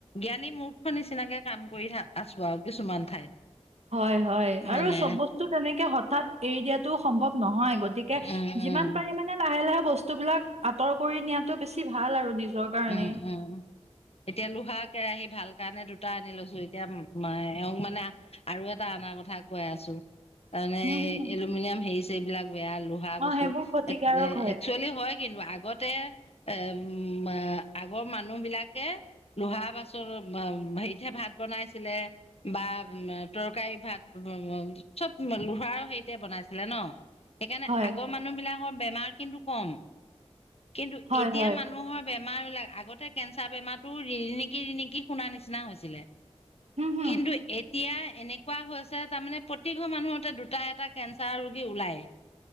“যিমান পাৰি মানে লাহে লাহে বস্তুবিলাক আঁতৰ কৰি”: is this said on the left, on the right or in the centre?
Right